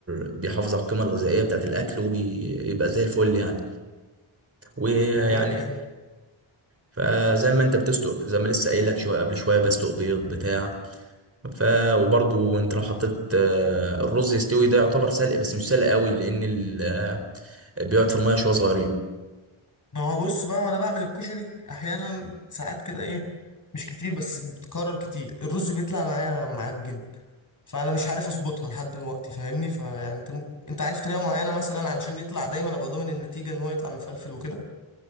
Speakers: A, on the right; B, on the left.
A: بيحافظ على القيمة الغذائية بتاعة الأكل وبيبقى زي الفل يعني ويعني
B: تمام حلو
A: فزي ما انت بتسلق زي ما لسه قايل لك شوية قبل شوية بسلق بيض بتاع ف وبرضو انت لو حطيت آه، الرز يستوي ده يعتبر سلق بس مش سلق قوي لأن ال- آه، بيقعد في المية شوية صغيرين
B: ما هو بص بقى وانا بعمل الكشري احيانا ساعات كده ايه مش كتير بس بتكرر كتير الرز بيطلع معايا معجن فانا مش عارف اظبطها لحد دلوقتي فاهمني فيعني انت ممكن... انت عارف طريقه معينه مثلا عشان يطلع دايما ابقى ضامن النتيجه ان هو يطلع مفلفل وكده